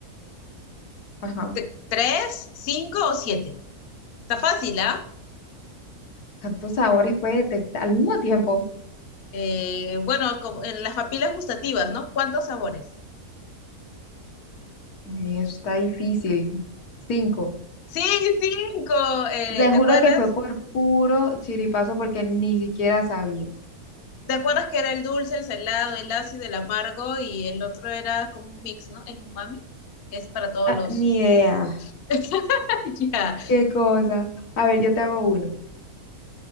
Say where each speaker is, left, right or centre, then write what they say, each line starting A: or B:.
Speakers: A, on the left; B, on the left.
A: ajá.
B: Te- ¿Tres, cinco o siete? Está fácil, ¿ah?
A: ¿Cuántos sabores puede detectar al mismo tiempo?
B: Eh, bueno, como en las papilas gustativas, ¿no? ¿Cuántos sabores?
A: Amiga, eso está difícil. Cinco.
B: Sí, cinco. Eh,
A: Te
B: ¿te
A: juro
B: acuerdas?
A: que fue por puro chiripazo porque ni siquiera sabía.
B: ¿Te acuerdas que era el dulce, el salado, el ácido, el amargo y el otro era como un mix, ¿no? El umami, que es para todos
A: Ah,
B: los...
A: ni idea.
B: <laughs> Ya.
A: Qué cosa. A ver, yo te hago uno.